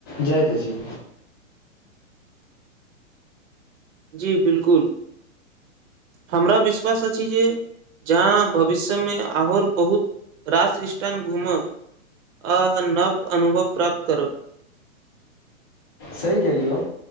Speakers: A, on the left; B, on the right.
A: जाएत अछि।
B: जी बिलकुल हमरा विश्वास अछि जे जहाँ भविष्यमे आओर बहुत रास स्टान घूमब आ नव अनुभव प्राप्त करब।
A: सही केहलियौ